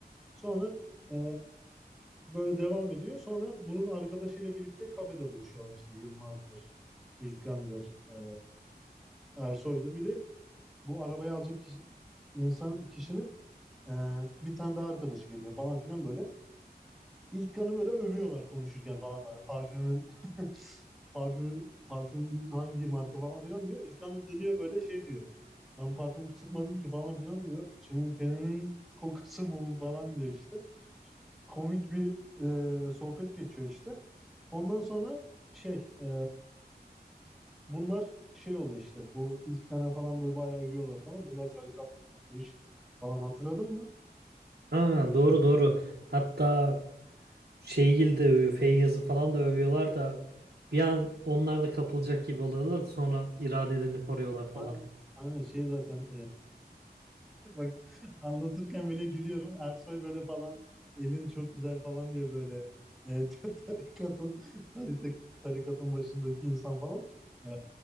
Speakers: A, in the centre; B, on the right.
A: Sonra e, böyle devam ediyor. Sonra bunun arkadaşıyla birlikte kafede buluşuyorlar işte Yılmaz'dır, İlkan'dır, e, Ersoy'dur. Bir de bu arabayı alacak kişi, insan kişinin e, bir tane daha arkadaşı geliyor falan filan böyle. İlk böyle övüyorlar konuşurken falan böyle. Parfümün <laughs> parfüm parfümün hangi marka falan filan diyor. İlkan da dönüyor böyle şey diyor. Ben parfüm sıkmadım ki falan filan diyor. Senin teninin kokusu mu bu?" falan diyor işte. Komik bir e, sohbet geçiyor işte. Ondan sonra şey e, bunlar şey oluyor işte bu İlkan'a falan böyle bayağı övüyorlar falan. Bunlar tarikatmış falan hatırladın mı?
B: Ha doğru doğru. Hatta Şeygil de övüyor, Feyyaz'ı falan da övüyorlar da bir an onlar da kapılacak gibi oluyorlar da sonra iradelerini koruyorlar falan.
A: Aynen, aynen şey zaten Bak anlatırken bile gülüyorum. Ersoy böyle falan elin çok güzel falan diyor böyle. E, <laughs> tarikatın tarik, tarikatın başındaki insan falan. E,